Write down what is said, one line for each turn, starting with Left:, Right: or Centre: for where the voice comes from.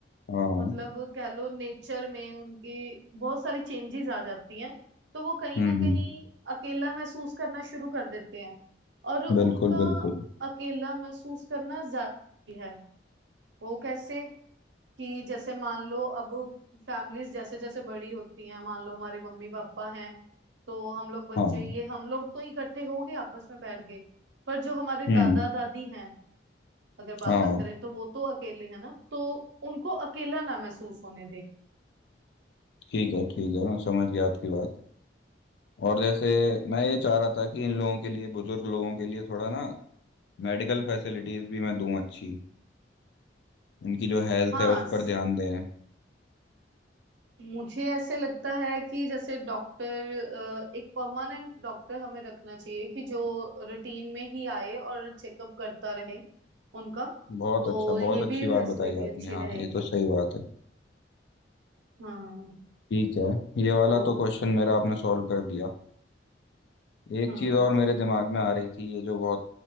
Left: हाँ
Right: मतलब कह लो नेचर में उनकी बहुत सारी चेंजेस आ जाती हैं तो वो कहीं
Left: हम्म
Right: ना
Left: हम्म
Right: कहीं अकेला महसूस करना शुरू कर देते हैं और उनका
Left: बिल्कुल बिल्कुल
Right: अकेला महसूस करना जारी है वो कैसे कि जैसे मान लो अब फैमिलीज जैसे जैसे बड़ी होती हैं मान लो हमारे मम्मी पापा हैं तो हम लोग बच्चे
Left: हाँ
Right: ये हम लोग तो इकट्ठे हो गए आपस में बैठ गए पर जो हमारे दादा
Left: हम्म
Right: दादी हैं अगर बात
Left: हाँ
Right: करें तो वो तो अकेले है ना तो उनको अकेला ना महसूस होने दे
Left: ठीक है ठीक है मैं समझ गया आपकी बात और जैसे मैं ये चाह रहा था कि इन लोगों के लिए बुजुर्ग लोगों के लिए थोड़ा ना मेडिकल फैसिलिटीज भी मैं दूं अच्छी उनकी जो हेल्थ
Right: हाँ
Left: है उस
Right: स-
Left: पर ध्यान दें
Right: मुझे ऐसे लगता है कि जैसे डॉक्टर एक परमानेंट डॉक्टर हमें रखना चाहिए कि जो रूटीन में ही आए और चेकअप करता रहे उनका
Left: बहुत
Right: तो
Left: अच्छा
Right: ये
Left: बहुत अच्छी
Right: भी
Left: बात
Right: फैसिलिटी
Left: बताई आपने
Right: अच्छी रहेगी
Left: हाँ ये तो सही बात है
Right: हाँ
Left: ठीक है ये वाला
Right: तो
Left: तो क्वेश्चन मेरा आपने सॉल्व कर दिया एक
Right: हम्म
Left: चीज़ और मेरे दिमाग में आ रही थी ये जो बहुत